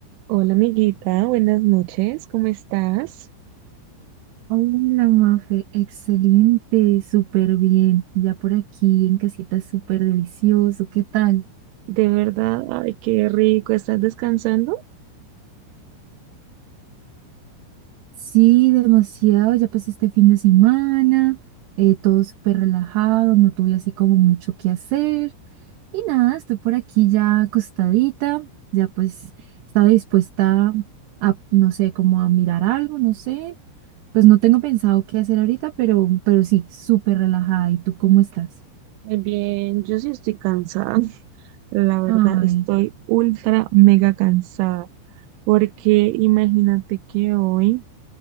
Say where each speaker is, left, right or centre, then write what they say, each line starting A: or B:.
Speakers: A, on the right; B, on the right.
A: Hola amiguita, buenas noches, ¿cómo estás?
B: Hola, Mafe, excelente, súper bien. Ya por aquí en casita, súper delicioso. ¿Qué tal?
A: De verdad, ay, qué rico, ¿estás descansando?
B: Sí, demasiado. Ya pues este fin de semana, eh, todo súper relajado, no tuve así como mucho que hacer. Y nada, estoy por aquí ya acostadita, ya pues estaba dispuesta a, no sé, como a mirar algo, no sé. Pues no tengo pensado qué hacer ahorita, pero, pero sí, súper relajada. ¿Y tú cómo estás?
A: Muy bien, yo sí estoy cansada, <laughs> la verdad
B: Ay.
A: estoy ultra mega cansada, porque imagínate que hoy